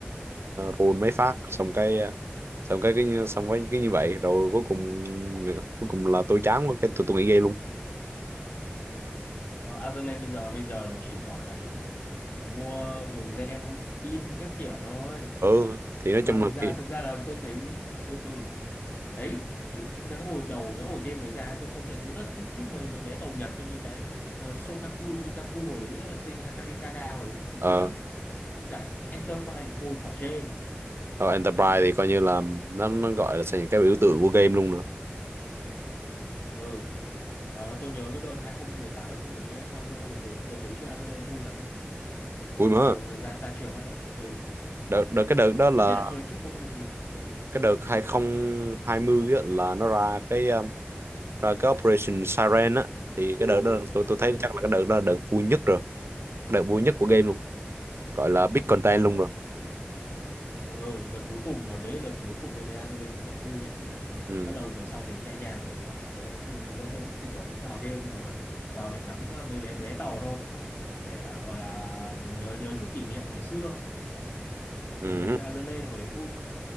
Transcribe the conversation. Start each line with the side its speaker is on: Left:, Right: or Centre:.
Right: roll mấy phát xong cái ờ, xong cái, cái xong với cái như vậy rồi cuối cùng cuối cùng là tôi chán quá cái tôi tôi nghỉ game luôn
Left: Ờ, Azerland bây giờ bây giờ nó chỉ toàn là kiểu là mua dùng gen mua skin các kiểu thôi
Right: ừ
Left: Chứ-
Right: thì
Left: và
Right: nói chung
Left: thực
Right: là
Left: ra
Right: cái-
Left: thực ra là tôi thấy ừ ừ đấy thì cái cái hồi đầu cái hồi game mới ra tôi công nhận tôi rất là thích thích mấy mấy bé tàu Nhật như mấy cái uh, Shokaku Yukaku hồi đấy rất là xinh Akagikaga hồi đấy cũng
Right: ờ
Left: xinh lắm Với cả Enterprise thì thôi khỏi chê
Right: Rồi Enterprise thì coi như là nó nó gọi là sao những cái biểu tượng của game luôn nữa.
Left: ừ và, và tôi nhớ cái đợt 2018 2019 2020 đợt tới đợt đấy chơi Azealia vui thật đấy và
Right: Vui mà.
Left: bắt đầu ra ra, ra trường bắt đầu ừ
Right: Đợt, đợt cái đợt đó là
Left: ít nhất là cho đến trước Covid mười chín
Right: cái đợt hai hai không hai mươi á, là nó ra cái um, ra cái Operation Siren á thì cái đợt đó tôi tôi
Left: ừ,
Right: thấy
Left: ừ.
Right: chắc là cái đợt đó là đợt vui nhất rồi, đợt vui nhất của game luôn, gọi là big content luôn rồi.
Left: ừ, ừ, đợt cuối cùng mà đấy đợt cuối cùng tôi thấy Azoulay nó còn vui ấy chứ
Right: Ừ.
Left: bắt đầu về sau thấy nhẹ nhàng rồi chả chả nữa nhưng mà thực ra tôi cũng tính toán vào game nhưng mà vào để ngắm uh, mấy bé bé tàu thôi để uh, gọi là mình nhớ nhớ chút kỷ niệm ngày xưa
Right: Ừ.
Left: mình từng chơi Azoulay hồi đấy vui